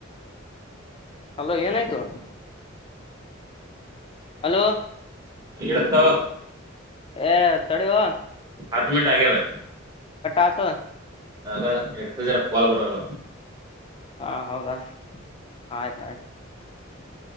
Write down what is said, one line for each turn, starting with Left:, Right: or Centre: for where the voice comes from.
Left: hello ಏನಯ್ತು ಹಲೋ
Right: ಇಡತ್ತ
Left: ಏ ತಡುವ
Right: ಹತ್ತು ಮಂಟ್ ಆಗ್ಯದ
Left: ಆತದ
Right: ಆಗ ಇಡ್ತ ಜರ ಕಾಲ್ ಬರಲ್ಲ
Left: ಹಾ ಹೌದಾ ಆಯ್ತ ಆಯ್ತು